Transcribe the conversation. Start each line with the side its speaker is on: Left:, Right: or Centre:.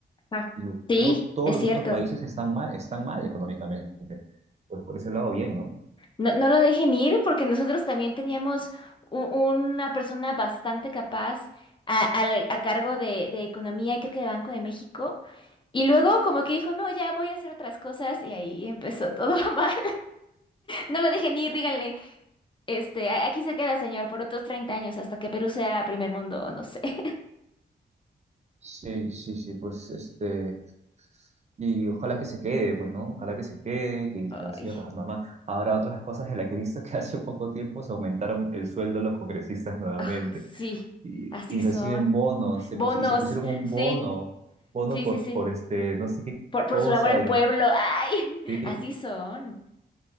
Left: Ah,
Right: y
Left: sí,
Right: luego todos
Left: es
Right: los
Left: cierto.
Right: otros países están mal, están mal económicamente. Pues por ese lado, bien, ¿no?
Left: No, no lo dejen ir porque nosotros también teníamos u- una persona bastante capaz a, al- a cargo de, de economía y creo que de Banco de México. Y luego como que dijo, no, ya voy a hacer otras cosas y ahí empezó todo <laughs> mal. No lo dejen ir, díganle, este, "A- aquí se queda, señor, por otros 30 años hasta que Perú sea primer mundo o no sé. <laughs>
Right: Sí, sí, sí, pues este, y ojalá que se quede, pues, ¿no? Ojalá que se quede, que,
Left: Ay,
Right: que no siga trabajando más. Ahora, otras cosas en las que he visto que <laughs> hace poco tiempo se aumentaron el sueldo de los congresistas <laughs> nuevamente
Left: ah, sí,
Right: y,
Left: así
Right: y reciben
Left: son.
Right: bonos, se
Left: Bonos,
Right: pus- y se pusieron un
Left: sí,
Right: bono, bono
Left: sí,
Right: por,
Left: sí, sí.
Right: por este, no sé qué
Left: Por, por
Right: cosa,
Left: su labor al
Right: y,
Left: pueblo. ¡Ay!
Right: sí,
Left: <laughs> Así son.